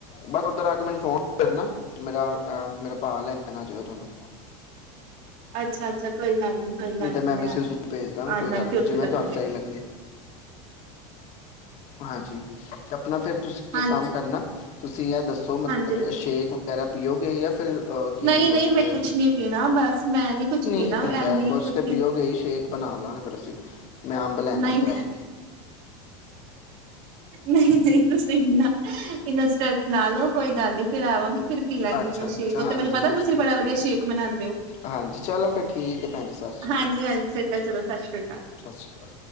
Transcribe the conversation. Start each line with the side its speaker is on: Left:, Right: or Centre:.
Left: ਬਸ ਓਧਰ ਆ ਕੇ ਮੈਨੂੰ ਫੋਨ ਕਰਨਾ ਮੇਰਾ ਮੇਰਾ ਭਾਅ ਲੈਣ ਆ ਜਾਵੇਗਾ ਤੁਹਾਨੂੰ।
Right: ਅੱਛ ਅੱਛਾ-ਅੱਛਾ ਕੋਈ ਗੱਲ ਨੀ, ਕੋਈ
Left: ਨਹੀਂ
Right: ਗੱਲ
Left: ਤੇ
Right: ਨੀ
Left: ਮਿਸਿਸ
Right: ਮੈਂ
Left: ਨੂੰ ਭੇਜ ਦਾਂਗਾ ਕੋਈ
Right: ਆਜਾ
Left: ਗੱਲ
Right: ਆਜਗੀ
Left: ਨਹੀਂ
Right: ਓਥੇ
Left: ਜਿਵੇਂ
Right: ਤੱਕ
Left: ਤੁਹਾਨੂੰ ਸਹੀ
Right: ਤੇ।
Left: ਲੱਗੇ ਹਾਂਜੀ ਤੇ ਆਪਣਾ ਫਿਰ ਤੁਸੀਂ
Right: ਹਾਂਜੀ
Left: ਇੱਕ ਕੰਮ ਕਰਨਾ ਤੁਸੀਂ ਯ ਦੱਸੋ ਮਤਲਬ
Right: ਹਾਂਜੀ
Left: ਸ਼ੇਕ ਵਗੈਰਾ ਪੀਓਗੇ ਯਾ ਫਿਰ ਅਹ, ਕੀ
Right: ਨਹੀਂ-ਨਹੀਂ
Left: ਪੀਓਗੇ
Right: ਮੈਂ ਕੁਛ ਨੀ ਪੀਣਾ ਬਸ ਮੈਂ ਨਹੀਂ ਕੁਛ ਪੀਣਾ
Left: ਕੀ ਹੁੰਦਾ
Right: ਏਨੀ
Left: ਹੈ ਕੁਛ
Right: ਤੁਸੀਂ
Left: ਤੇ ਪੀਓਗੇ ਹੀ ਸ਼ੇਕ ਬਣਾ ਲਾਂਗੇ ਫੇਰ ਅਸੀ। ਮੈਂ ਅੰਬ ਲੈ ਆਨਾ
Right: ਨਹੀਂ
Left: ਬਜ਼ਾਰੋ।
Right: ਨਹੀਂ-ਨਹੀਂ ਕੁਛ ਨੀ ਪੀਣਾਂ ਇੰਨਾ ਟੈਸਟ ਕਰਾਲਓ ਕੋਈ ਗੱਲ ਨਹੀ। ਫਿਰ ਆਵਾਗੀ ਫਿਰ ਪੀ ਲਾਂਗੀ
Left: ਅੱਛਾ
Right: ਮੈਂ
Left: ਅੱਛਾ
Right: ਸ਼ੇਕ
Left: ਹਾਂਜੀ
Right: ਉਥ ਮੈਨੂੰ ਪਤਾ ਤੁਸੀਂ ਬੜਾ ਵਧੀਆ ਸ਼ੇਕ ਮਨਾਉਦੇ ਹੋ
Left: ਹਾਂਜੀ ਚਲੋ ਫਿਰ ਠੀਕ ਹੈ ਭੈਣ ਜੀ ਸਤਿ ਸ਼੍ਰੀ
Right: ਹਾਂਜੀ-
Left: ਅਕਾਲ
Right: ਹਾਂਜੀ ਚਲੋ ਸਤਿ ਸ੍ਰੀ ਅਕਾਲ।
Left: ਸਤਿ ਸ਼੍ਰੀ ਅਕਾਲ